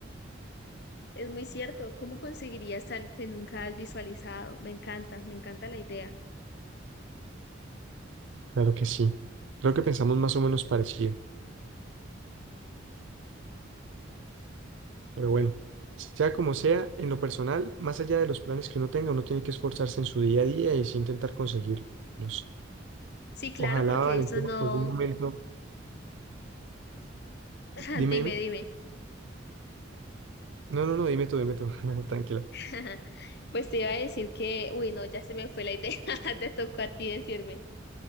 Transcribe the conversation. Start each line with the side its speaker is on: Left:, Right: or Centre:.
Left: Es muy cierto, ¿cómo conseguirías algo que nunca has visualizado? Me encanta, me encanta la idea.
Right: Claro que sí. Creo que pensamos más o menos parecido. Pero bueno, sea como sea, en lo personal, más allá de los planes que uno tenga, uno tiene que esforzarse en su día a día y sí intentar conseguirlos.
Left: Sí, claro,
Right: Ojalá,
Left: porque
Right: Valentina,
Left: eso no.
Right: en algún momento,
Left: <laughs>
Right: dime,
Left: Dime,
Right: dime.
Left: dime.
Right: No, no, no, dime tú, dime tú, <laughs> tranquila.
Left: <laughs> Pues te iba a decir que, uy, no, ya se me fue la idea. <laughs> Te tocó a ti decirme.